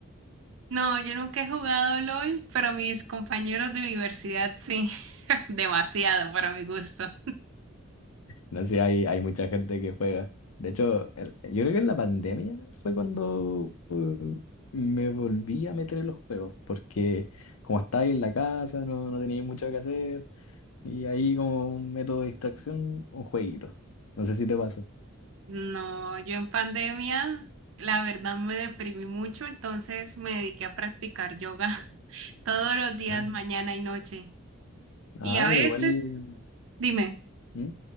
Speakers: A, on the right; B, on the left.
A: No, yo nunca he jugado LOL, pero mis compañeros de universidad sí, <laughs> demasiado para mi gusto.
B: No sé, hay, hay mucha gente que juega. De hecho, el- yo creo que en la pandemia fue cuando me volví a meter en los juegos, porque como estáis en la casa, no, no teníais mucho que hacer, y ahí como un método de distracción, un jueguito. No sé si te pasó.
A: No, yo en pandemia, la verdad me deprimí mucho, entonces me dediqué a practicar yoga <laughs> todos los días,
B: Vale.
A: mañana y noche.
B: Ah,
A: Y a veces,
B: pero igual...
A: dime,
B: ¿Mm?